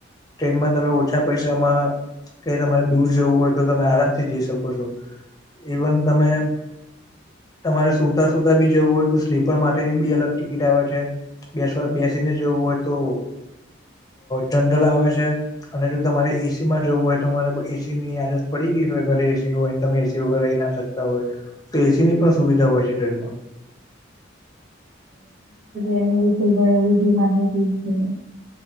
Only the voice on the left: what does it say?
ટ્રેનમાં તમે <unintelligible> ઓછા પૈસામાં કે તમારે દૂર જવું હોય તો તમે આરામથી જઈ શકો છો. ઇવન તમે તમારે સુતા સુતા બી જવું હોય તો સ્લીપર માટેની બી અલગ ટિકિટ આવે છે. બેસ બેસીને જેવું હોય તો જનરલ આવે છે. અને જો તમારે એસી માં જવું હોય તો તમારે કો એસી ની આદત પડી ગઈ હોય ઘરે એસી હોય ને તમે એસી વગર રહી ના શકો. હોય તો એસી ની પણ સુવિધા હોય છે ટ્રેનમાં